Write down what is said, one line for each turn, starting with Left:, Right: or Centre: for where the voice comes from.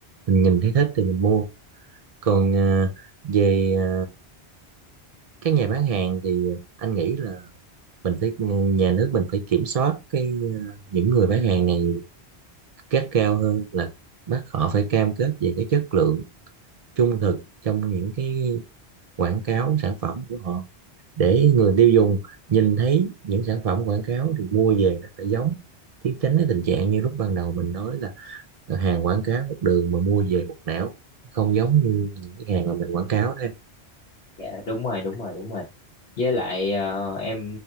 Right: mình nhìn thấy thích thì mình mua còn ờ, về ờ, các nhà bán hàng thì anh nghĩ là mình phải ừ, nhà nước mình phải kiểm soát cái ờ, những người bán hàng này gắt cao hơn là bắt họ phải cam kết về cái chất lượng trung thực trong những cái quảng cáo sản phẩm của họ để người tiêu dùng nhìn thấy những sản phẩm quảng cáo thì mua về nó phải giống chứ tránh cái tình trạng như lúc ban đầu mình nói là hàng quảng cáo một đường mà mua về một nẻo không giống như những cái hàng mà mình quảng cáo đó
Left: Dạ đúng rồi đúng rồi đúng rồi với lại ờ, em